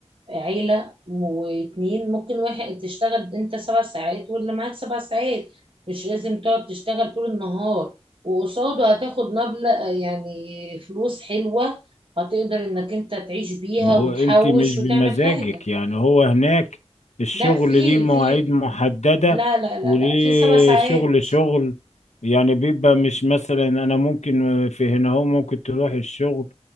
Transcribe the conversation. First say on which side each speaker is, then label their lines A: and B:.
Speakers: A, on the right (about 50°); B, on the left (about 75°).
A: عيلة واتنين ممكن واحد تشتغل انت سبع ساعات واللي معاك سبع ساعات مش لازم تقعد تشتغل طول النهار وقصاده هتاخد مبلغ يعني فلوس حلوة هتقدر انك انت تعيش بيها
B: ما هو
A: وتحوش
B: انت مش
A: وتعمل
B: بمزاجك
A: حاجة
B: يعني هو هناك الشغل
A: لا في
B: ليه مواعيد
A: في
B: محددة
A: لا لا لا
B: وليه
A: لا في سبع ساعات
B: شغل شغل يعني بيبقى مش مثلا انا ممكن في هنا هو ممكن تروح الشغل